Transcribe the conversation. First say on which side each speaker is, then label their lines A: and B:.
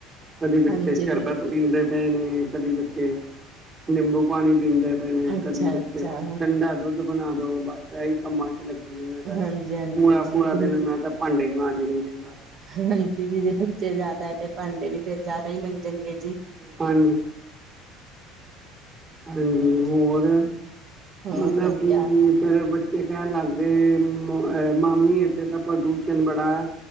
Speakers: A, on the right; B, on the right.
A: ਕਦੀ ਬੱਚੇ
B: ਹਾਂਜੀ
A: ਸ਼ਰਬਤ
B: ਬਿਲਕੁਲ
A: ਪੀਂਦੇ
B: ਬਿਲਕੁਲ
A: ਪਏ ਨੇ। ਕਦੀ ਬੱਚੇ ਨਿੰਬੂ ਪਾਣੀ ਪੀਂਦੇ ਪਏ ਨੇ
B: ਅੱਛਾ
A: ਕਦੀ ਬੱਚੇ
B: ਅੱਛਾ
A: ਠੰਡਾ ਦੁੱਧ ਦੁੱ ਬਣਾ ਦੋ ਬਸ ਇਹੀ ਕੰਮਾਂ ਚ ਲੱਗੀ ਸੀ ਮੈਂ ਤਾਂ
B: ਹਾਂਜੀ ਹਾਂਜੀ
A: ਪੂਰਾ-ਪੂਰਾ
B: ਜੀ ਬਿਲਕੁਲ
A: ਦਿਨ ਮੈਂ ਤਾ ਭਾਂਡੇ ਹੀ ਮਾਜਦੀ ਰਹੀ ਮੈਂ ਤਾਂ ਬਸ।
B: ਹਾਂਜੀ ਜੀ ਜੇ ਬੱਚੇ ਜਾਦਾ ਹੈ ਤੇ ਭਾਂਡੇ ਵੀ ਫੇਰ ਜਾਦਾ ਹੀ ਮੰਜਣਗੇ ਜੀ।
A: ਹਾਂਜੀ ਹਾਂਜੀ ਹੋਰ,
B: ਹੋਰ
A: ਮਤਲਬ
B: ਵਧੀਆ
A: ਕਿ ਫੇਰ ਬੱਚੇ ਕਹਿਣ ਲੱਗ ਗਏ ਮਾਮੀ ਇੱਥੇ ਤਾਂ ਪ੍ਰਦੂਸ਼ਣ ਬੜਾ